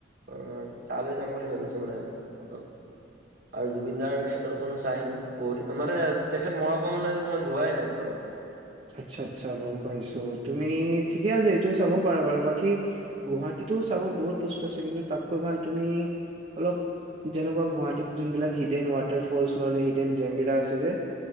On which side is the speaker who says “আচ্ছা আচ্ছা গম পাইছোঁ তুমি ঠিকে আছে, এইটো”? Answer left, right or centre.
Right